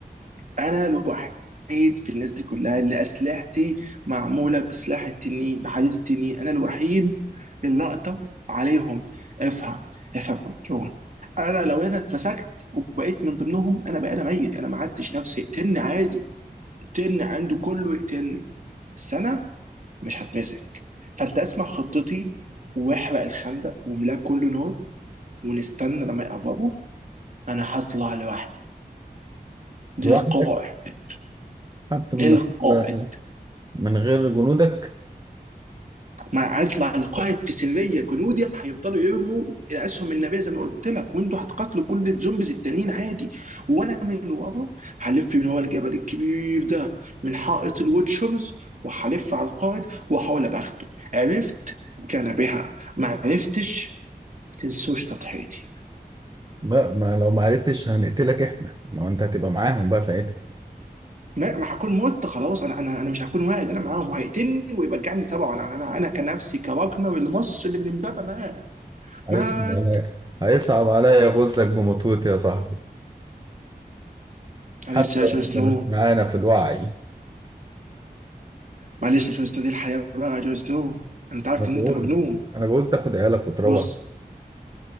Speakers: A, on the right; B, on the right.
A: انا الوحيد في الناس دي كلها اللي اسلحتي معموله بسلاح التنين بحديد التنين انا الوحيد اللي اقدر عليهم افهم افهم يا عم جون انا لو انا اتمسكت وبقيت من ضمنهم انا بقى انا ميت انا ما عدتش نفسي اقتلني عادي اقتلني عنده كله يقتلني بس انا مش هتمسك فانت اسمع خطتي واحرق الخندق واملاه كله نار ونستنى لما يقربوا انا هطلع لوحدي للقائد
B: لوحدك حتى
A: للقائد
B: من غير من غير جنودك
A: ما هطلع القائد في سريه جنودي هيفضلوا يرموا الاسهم النبيه زي ما قلت لك وانتوا هتقاتلوا كل الزومبيز التانيين عادي وانا من ورا هلف من ورا الجبل الكبير ده من حائط الوتشرز وهلف على القائد واحاول ابقى اخده عرفت كان بها ما عرفتش تنسوش تضحيتي
B: لا ما لو ما عرفتش هنقتلك احنا ما هو انت هتبقى معاهم بقى ساعتها
A: ما ما هكون مت خلاص انا انا انا مش هكون واعي إن انا معاهم وهيقتلني ويرجعني تبعه انا انا انا كنفسي كراجنر اللي مص اللي من امبابه مات
B: هيصعب
A: مات
B: عليا هيصعب عليا غزك بمطوتي يا صاحبي حتى
A: معلش يا
B: لو
A: جون
B: أنت
A: سنو
B: مش معانا في الوعي
A: معلش يا جون سنو دي الحياه بقى يا جون سنو انت عارف
B: انا بقول
A: ان انت مجنون
B: انا بقول تاخد عيالك وتروح
A: بص